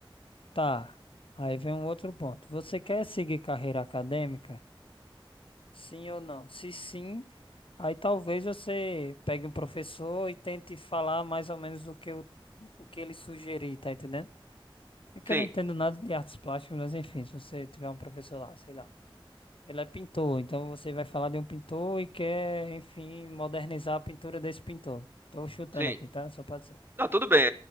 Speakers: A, on the left (about 70°); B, on the right (about 25°).
A: Tá, aí vem um outro ponto. Você quer seguir carreira acadêmica? Sim ou não? Se sim, aí talvez você pegue um professor e tente falar mais ou menos o que, eu, o que ele sugerir, tá entendendo? É que
B: Sim,
A: eu não entendo nada de artes plásticas, mas enfim, se você tiver um professor lá, sei lá, ele é pintor, então você vai falar de um pintor e quer, enfim, modernizar a pintura desse pintor. Tô chutando
B: sim.
A: aqui, tá? Só pode ser.
B: Não, tudo bem,